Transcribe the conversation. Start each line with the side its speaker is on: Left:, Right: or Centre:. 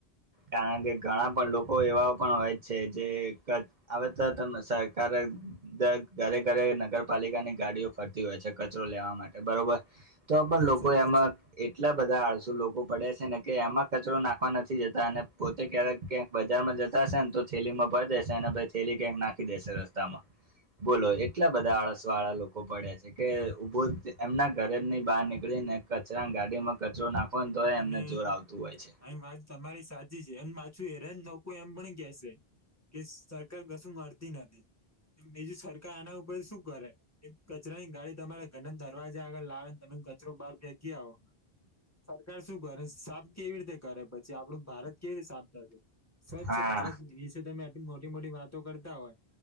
Right: કારણ કે ઘણા પણ લોકો એવા પણ હોય જ છે જે હવે તો તમ સરકાર ઘરે ઘરે નગરપાલિકાની ગાડીઓ ફરતી હોય છે કચરો લેવા માટે બરોબર તો પણ
Left: વાત
Right: લોકો
Left: સાચી
Right: એમાં
Left: છે
Right: એટલા બધા આડસુ લોકો પડે છે ને કે એમાં કચરો નાખવા નથી જતા અને પોતે ક્યારેક ક્યાંક બજારમાં જતા હશે ને તો છેેલી માં ભરી દેશે અને પછી થેલી ક્યાંક નાખી દેશે રસ્તામાં. બોલો એટલા બધા આળસ વાળા લોકો પડ્યા છે કે ઉભો એમના ઘરે ની બહાર નીકળી ને કચરા ગાડીમાં કચરો નાખો ને તો એ
Left: અને
Right: એમને જોર આવતું હોય છે.
Left: આમ વાત તમારી સાચી છે એમ પાછું હેરાન એમ પણ કશે. કે સરકાર કશું મળતી નથી બીજું સરકાર આના પણ શું કરે કચરાની ગાડી તમારે તેને દરવાજા આગળ લાવે ને તમે કચરો બહાર ફેંકી આવો સરકાર શું કરે સાફ કેવી રીતે કરે પછી આપડું ભારત કેવી રીતે સાફ થશે. સ્વચ્છ
Right: હા
Left: ભારત વિશે તમે મોટી મોટી વાતો કરતા હોય